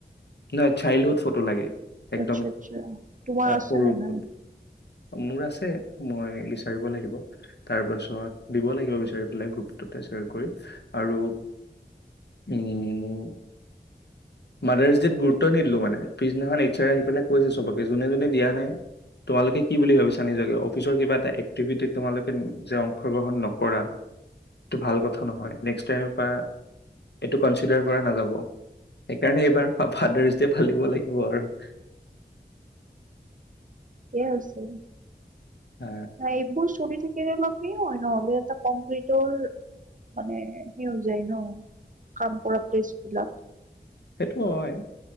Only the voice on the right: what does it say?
আচ্ছা আচ্ছা তোমাৰ
আছে
নে নাই?
কছে
<unintelligible> হ একবোৰ চৰ <unintelligible> সেইয়া লৈকেও হয় নহলে এটা কংক্ৰিটৰ মানে সেই হৈ যায় ন, কাম কৰা প্লেচ বিলাক।